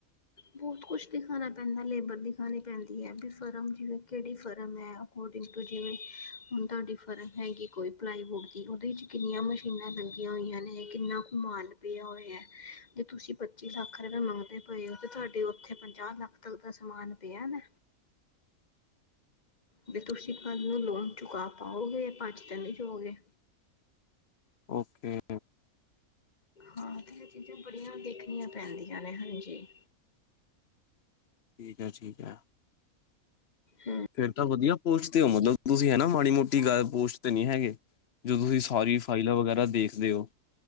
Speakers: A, on the left (about 30°); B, on the left (about 50°).
A: ਬਹੁਤ ਕੁਛ ਦਿਖਾਣਾ ਪੈਂਦਾ ਲੇਬਰ ਦਿਖਾਣੀ ਪੈਂਦੀ ਹੈ ਵੀ ਫਰਮ ਜਿਵੇਂ ਕਿਹੜੀ ਫਰਮ ਹੈ। ਅਕੋਰਡਿੰਗ ਟੂ ਜਿਵੇਂ ਹੁਣ ਤੁਹਾਡੀ ਫਰਸ ਹੈਗੀ ਕੋਈ ਪਲਾਈਵੁਡ ਦੀ ਉਹਦੇ ਵਿੱਚ ਕਿੰਨੀਆ ਮ ਕਿੰਨੀਆਂ ਲੱਗੀਆ ਹੋਈਆ ਨੇ, ਕਿੰਨਾ ਕੁ ਮਾਲ ਪਿਆ ਹੋਇਆ ਜੇ ਤੁਸੀਂ ਪੱਚੀ ਲੱਖ ਰੁਪਏ ਮੰਗਦੇ ਪਏ ਹੋ। ਤੇ ਤੁਹਾਡੇ ਉੱਥੇ ਪੰਜਾਹ ਲੱਖ ਤੱਕ ਦਾ ਸਮਾਨ ਪਿਆ ਦਾ? ਬਈ ਤੁਸੀਂ ਕੱਲ ਨੂੰ ਲੌਨ ਚੁਕਾ ਪਾਓਗੇ, ਭੱਜ ਤੇ ਨੀ ਜਾਉਗੇ।
B: ਓਕੇ।
A: ਹਾਂ, ਤੇ ਇਹ ਚੀਜ਼ਾਂ ਬੜੀਆਂ ਦੇਖਣੀਆਂ ਪੈਂਦੀਆਂ ਨੇ ਹਾਂਜੀ।
B: ਠੀਕ ਹੈ, ਠੀਕ ਹੈ।
A: ਹਾਂ।
B: ਫੇਰ ਤਾ ਵਧੀਆ ਪੋਸਟ ਤੇ ਹੋ ਮਤਲਬ ਤੁਸੀਂ ਹੈਨਾ ਮਾੜੀ ਮੋਟੀ ਗੱਲ ਪੋਸਟ ਤੇ ਨੀ ਹੈਗੇ। ਜੋ ਤੁਸੀ ਸਾਰੀ ਫਾਈਲਾਂ ਵਗੈਰਾ ਦੇਖਦੇ ਹੋ।